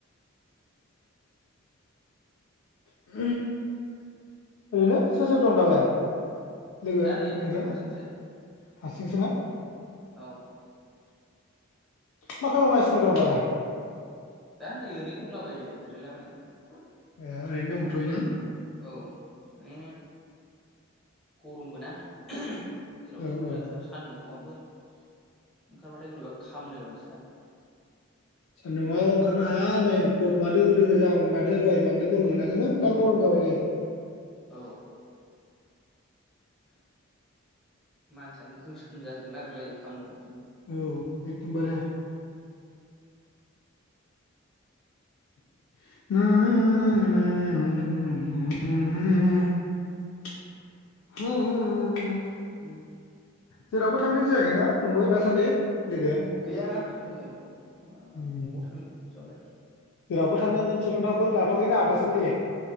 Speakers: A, on the left; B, in the centre.
A: <unintelligible> ओरैनो सोर सोर दं दालाय
B: आं
A: लोगो
B: दा
A: नोंजों
B: नै आं हारसिंसो
A: हारसिंसोना?
B: औ।
A: मा खालामगासिनो दं दालाय?
B: दा नै ओरैनो दंलाबायो जिरायलाबायनानै।
A: ए ओरैनो दंथयो ना?
B: औ माने गरमबो ना। जेरावबो
A: औ
B: ओंखारजाथारा
A: औ
B: सान्दुंआवबोथ ओंखारबाथाय बोरैबा खामनो बादिथार।
A: सान्दुआव ओंखारनो हाया नै गरमा दोहो दोहो जाहां माथो दहाय बांद्राय गरम मोनाखैमोन दा गरम जाबाय नै।
B: औ। मानसियानो गोसोम जाजोबनो नागिरलायो। खामनो बायदिनो
A: औ एकदम बारे। <inaudible> <unintelligible>
B: <inaudible>
A: जेरावबो थांनाय जायाखैना नोंबो दासान्दि लोगो
B: गैया लोगो मा
A: उम
B: अबाव थांनो? <unintelligible>
A: जेरावबो
B: रां
A: थांनायनि
B: रुफानिबो
A: थिरांथाफोर
B: प्रब्लेम
A: लाथवाखै ना
B: माबा
A: दासान्दि